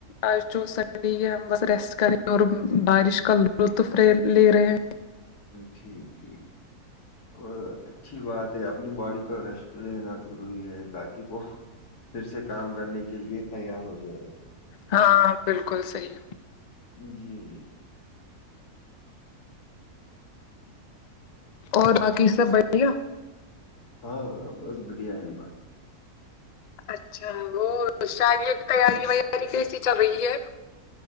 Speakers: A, on the left; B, on the left.
A: آج جو سنڈے ہم ریسٹ کریں اور بارش کا لطف لے رہے ہیں
B: ٹھیک ٹھیک اور اچھی بات اپنی باڈی کو ریسٹ لینا ضروری ہے تاکہ وہ پھر سے کام کرنے کے لیے تیار ہو جائے
A: ہاں بالکل صحیح
B: جی جی
A: اور باقی سب بڑھیا
B: ہاں ہاں بس بڑھیا ہے بات
A: اچھا وہ شاد کی تیاری ویاری کیسی چل رہی ہے